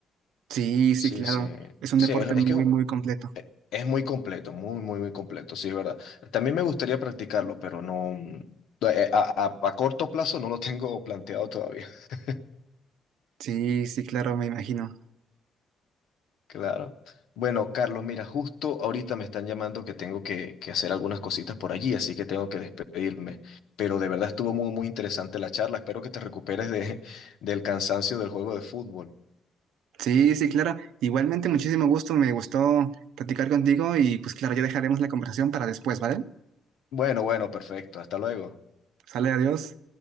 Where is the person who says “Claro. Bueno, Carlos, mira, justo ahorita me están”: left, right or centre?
Left